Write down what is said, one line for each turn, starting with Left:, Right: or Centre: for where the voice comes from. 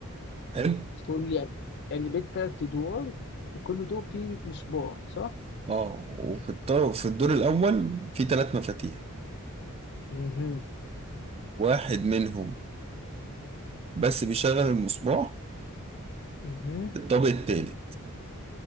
Right: حلو
Left: تقول لي يعني بيت تلات أدوار وكل دور فيه مصباح صح؟
Right: اه وفي الطابق في الدور الاول في ثلاث مفاتيح
Left: مهم.
Right: واحد منهم بس بيشغل المصباح
Left: مهم.
Right: في الطابق الثالث